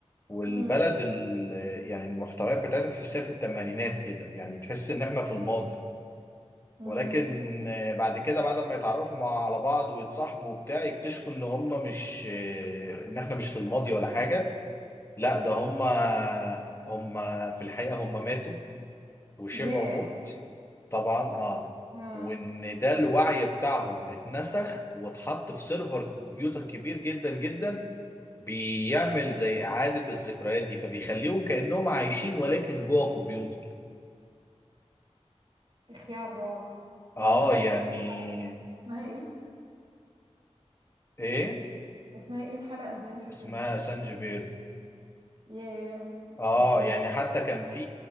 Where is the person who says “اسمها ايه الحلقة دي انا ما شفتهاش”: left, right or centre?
Right